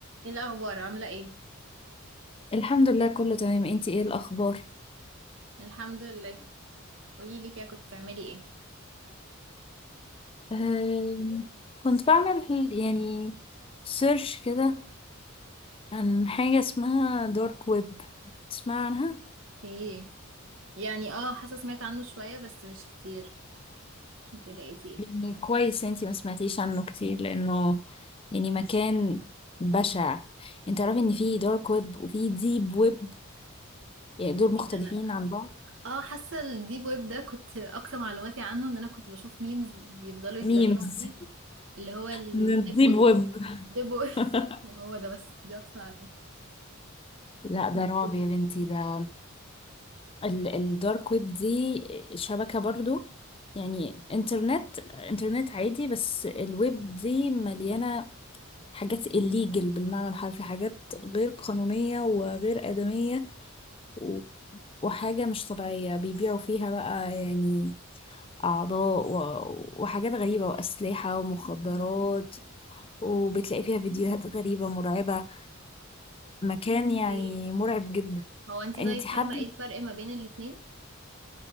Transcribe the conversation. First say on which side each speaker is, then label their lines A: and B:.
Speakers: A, on the right; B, on the left.
A: ايه الاخبار عامله ايه
B: الحمد لله كله تمام انتي ايه الاخبار
A: الحمد لله قولي لي كده كنت بتعملي ايه
B: أم، كنت بعمل حل- يعني سيرش كده عن حاجة اسمها دارك ويب تسمع عنها
A: ايه يعني اه حاسه سمعت عنه شويه بس مش كتير انت لقيتي ايه
B: يعني كويس انتي ما سمعتيش عنه كتير لانه يعني مكان بشع انت تعرفي ان في دارك ويب وفي ديب ويب يعني دول مختلفين
A: كده لا
B: عن بعض
A: اه حاسه الديب ويب ده كنت اكتر معلوماتي عنه ان انا كنت بشوف ميمز بيفضلوا يتريقوا
B: ميمز
A: عليه اللي هو الديب
B: من الديب
A: ويب
B: ويب
A: ديب ويب
B: <laughs>
A: <laughs> هو ده بس دي اكتر معلوماتي
B: لا ده
A: ديب
B: رعب
A: ويب.
B: يا بنتي ده ال- الدارك ويب دي شبكة برضو يعني انترنت انترنت عادي بس الويب دي مليانة حاجات الليجل بالمعنى الحرفي حاجات غير قانونية وغير آدمية و- وحاجة مش طبيعية بيبيعوا فيها بقى يعني أعضاء و- وحاجات غريبة وأسلحة ومخدرات وبتلاقي فيها فيديوهات غريبة مرعبة مكان يعني
A: ايه
B: مرعب جدا
A: هو انت طيب
B: انت حابة
A: فاهمه ايه الفرق ما بين الاتنين